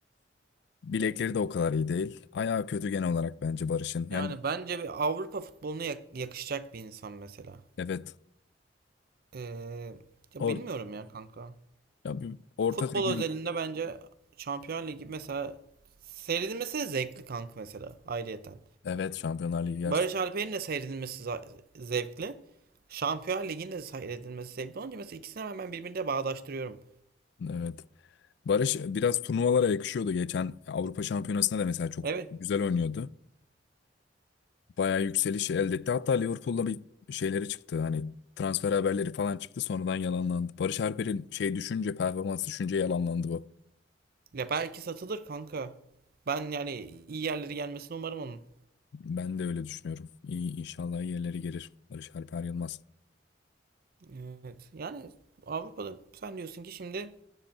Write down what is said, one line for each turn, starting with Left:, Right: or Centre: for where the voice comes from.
Left: Bilekleri de o kadar iyi değil. Ayağı kötü genel olarak bence Barış'ın.
Right: Yani
Left: Yani
Right: bence bir Avrupa futboluna yak- yakışacak bir insan mesela.
Left: evet.
Right: Ee, ya
Left: Or
Right: bilmiyorum ya kanka.
Left: ya bir orta
Right: Futbol
Left: segment.
Right: özelinde bence Şampiyonlar Ligi mesela seyredilmesi de zevkli kanka mesela ayrıyeten.
Left: Evet Şampiyonlar Ligi yarısı.
Right: Barış Alper'in de seyredilmesi zevkli. Şampiyon Ligi'nin de seyredilmesi zevkli Onunca mesela ikisini hemen birbirine bağdaştırıyorum.
Left: Evet. Barış e, biraz turnuvalara yakışıyordu. Geçen Avrupa Şampiyonası'nda da mesela çok
Right: Evet.
Left: güzel oynuyordu. Bayağı yükselişi elde etti. Hatta Liverpool'la bir şeyleri çıktı. Hani transfer haberleri falan çıktı. Sonradan yalanlandı. Barış Alper'in şey düşünce, performans düşünce yalanlandı bu.
Right: Ya belki satılır kanka. Ben yani iyi yerlere gelmesini umarım onun.
Left: Ben de öyle düşünüyorum. İyi inşallah iyi gelir Barış Alper Yılmaz.
Right: Evet. Yani Avrupa'da sen diyorsun ki şimdi